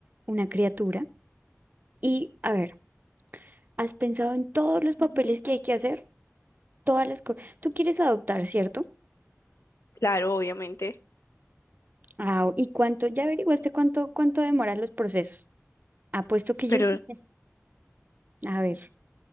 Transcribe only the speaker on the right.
una criatura? Y, a ver, ¿has pensado en todos los papeles que hay que hacer? Todas las cosas. Tú quieres adoptar, ¿cierto?
Ah, ¿y cuánto? ¿Ya averiguaste cuánto, cuánto demoran los procesos? Apuesto que
yo sí sé. A ver,